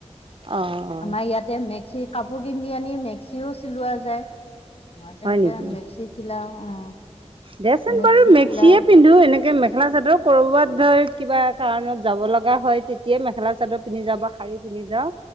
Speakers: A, on the right (about 45°); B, on the left (about 55°).
A: অ',
B: আমাৰ ইয়াত তে মেক্সি কাপোৰ কিনি আনি মেক্সিও চিলোৱা যায় আ, তেনেকে
A: হয় নেকি
B: মেক্সি চিলাওঁ অ',
A: দেচোন
B: মেক্সি
A: বাৰু মেক্সিয়ে
B: চিলাও
A: পিন্ধো এনেকে মেখেলা চাদৰ কৰবাত ধৰি কিবা কাৰণত যাব লগা হয় তেতিয়াই মেখেলা চাদৰ পিন্ধি যাওঁ বা শাৰী পিন্ধি যাওঁ।